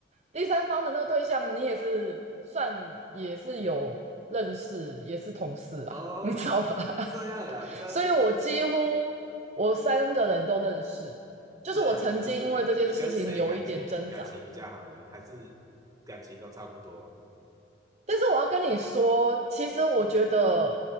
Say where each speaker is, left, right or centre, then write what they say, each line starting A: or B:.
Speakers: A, on the right (about 35°); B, on the right (about 20°).
A: 第三方的那个对象，你也是算也是有认识，也是同事啦，
B: <laughs> 哦，
A: <laughs> 你知道吧？
B: 这样啊，
A: <laughs>
B: 这样就是
A: 所以我几乎我三个人都认识，就是我曾经因为这件事情有一点挣扎。
B: 这样啊。可是你跟谁感情感情比较好呢？还是感情都差不多？
A: 但是我要跟你说，其实我觉得